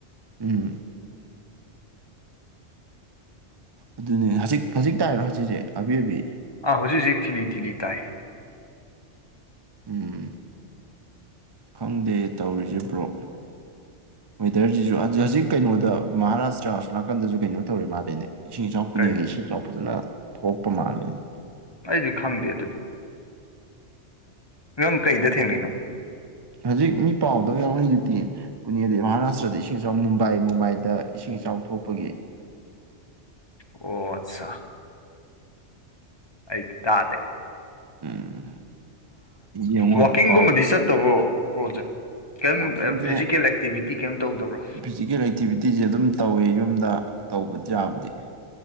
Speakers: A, on the right; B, on the left.
A: ꯎꯝ꯫ ꯑꯗꯨꯅꯦ ꯍꯧꯖꯤꯛ ꯍꯧꯖꯤꯛ ꯇꯥꯏꯔꯣ ꯍꯧꯖꯤꯛ ꯖꯤꯛ ꯑꯕꯤ ꯑꯕꯤ꯫
B: ꯑꯥ ꯍꯧꯖꯤꯛ ꯍꯧꯖꯤꯛ ꯊꯤꯂꯤ ꯊꯤꯂꯤ ꯇꯥꯏ꯫
A: ꯎꯝ ꯈꯪꯗꯦ ꯇꯧꯔꯤꯁꯤ ꯕ꯭ꯔꯣ꯫ ꯋꯦꯗꯔꯁꯤꯁꯨ ꯍꯧꯛ ꯍꯧꯖꯤꯛ ꯀꯩꯅꯣꯗ ꯃꯍꯥꯔꯥꯁꯇ꯭ꯔꯥ ꯁꯣꯝꯅꯥꯀꯟꯗꯁꯨ ꯀꯩꯅꯣ ꯇꯧꯔꯤ ꯃꯥꯂꯦꯅꯦ꯫ ꯏꯁꯤꯡ ꯏꯆꯥꯎ ꯄꯨꯅꯤꯒꯦ
B: ꯀꯔꯤ
A: ꯏꯁꯤꯡ ꯏꯆꯥꯎ ꯐꯖꯅ ꯊꯣꯛꯂꯛꯄ ꯃꯥꯜꯂꯅꯤ
B: ꯑꯩꯗꯤ ꯈꯪꯗꯦ ꯑꯗꯨꯗꯤ ꯅꯪ ꯀꯩꯗ ꯊꯦꯡꯅꯅꯣ
A: ꯍꯧꯖꯤꯛ ꯃꯤ ꯄꯥꯎꯕꯗ ꯌꯥꯎꯔꯤꯩꯗꯨꯗꯤ ꯄꯨꯅꯦꯗꯤ ꯃꯍꯥꯔꯥꯁꯇ꯭ꯔꯗ ꯏꯁꯤꯡ ꯏꯆꯥꯎ ꯃꯨꯝꯕꯥꯏ ꯃꯨꯝꯕꯥꯏꯗ ꯏꯁꯤꯡ ꯏꯆꯥꯎ ꯊꯣꯛꯄꯒꯤ
B: ꯑꯣ ꯑꯠꯆꯥ ꯑꯩ ꯇꯥꯗꯦ
A: ꯎꯝ ꯌꯦꯡꯉꯣ
B: ꯋꯥꯋꯀꯤꯡꯒꯨꯝꯕꯗꯤ
A: ꯄꯥꯎ
B: ꯆꯠꯇꯕ꯭ꯔꯣ ꯕ꯭ꯔꯣꯖꯦ ꯀꯩꯝ
A: ꯋꯥꯛꯀꯤꯡꯁꯦ
B: ꯐꯤꯖꯤꯀꯦꯜ ꯑꯦꯛꯇꯤꯚꯤꯇꯤ ꯀꯩꯝ ꯇꯧꯗꯕ꯭ꯔꯣ
A: ꯐꯤꯖꯤꯀꯦꯜ ꯑꯦꯛꯇꯤꯚꯇꯤꯁꯦ ꯑꯗꯨꯝ ꯇꯧꯋꯦ ꯌꯨꯝꯗ ꯇꯧꯕꯗꯤ ꯌꯥꯕꯗꯤ